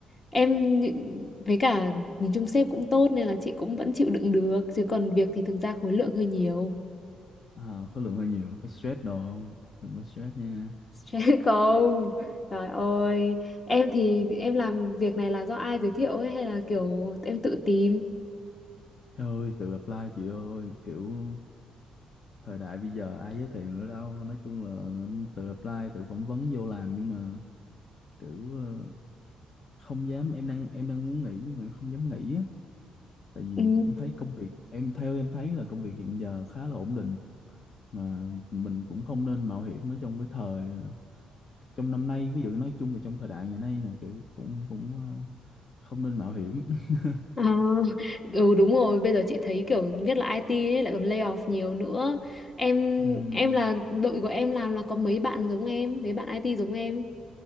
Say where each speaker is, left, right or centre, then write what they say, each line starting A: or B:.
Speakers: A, on the left; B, on the left.
A: em nhị- với cả nhìn chung sếp cũng tốt nên là chị cũng vẫn chịu đựng được chứ còn việc thì thực ra khối lượng hơi nhiều
B: à, khối lượng hơi nhiều có stress đồ không đừng có stress nha
A: Stress <laughs> không? Trời ơi, em thì em làm việc này là do ai giới thiệu ấy hay là kiểu em tự tìm?
B: Ê ơi tự apply chị ơi kiểu thời đại bây giờ ai giới thiệu nữa đâu nói chung là ừ, tự apply tự phỏng vấn vô làm nhưng mà kiểu ờ, không dám em đang em đang muốn nghỉ nhưng mà em không dám nghỉ á tại vì
A: Ừ.
B: em thấy công việc em theo em thấy là công việc hiện giờ khá là ổn định mà mình cũng không nên mạo hiểm ở trong cái thời trong năm nay ví dụ nói chung là trong thời đại ngày nay nè kiểu cũng cũng ờ, không nên mạo hiểm <laughs>
A: À, ừ đúng rồi, bây giờ chị thấy kiểu nhất là IT ấy, lại còn lay off nhiều nữa. Em
B: Ừm,
A: em là đội của em làm là có mấy bạn giống em, mấy bạn IT giống em.